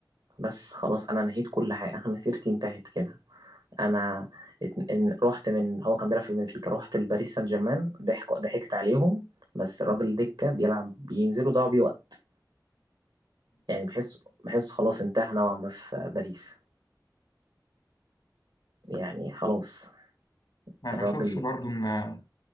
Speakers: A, on the right; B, on the left.
A: بس خلاص انا نهيت كل حاجه انا مسيرتي انتهت كده انا اتن... ان... رحت من هو كان بيلعب في بنفيكا رحت لباريس سان جيرمان ضحك ضحكت عليهم بس الراجل دكه بيلعب بينزلوا ضاعوا بيه وقت يعني بحس بحس خلاص انتهى نوعا ما في باريس يعني خلاص
B: ما
A: الراجل
B: بشوفش برضه ان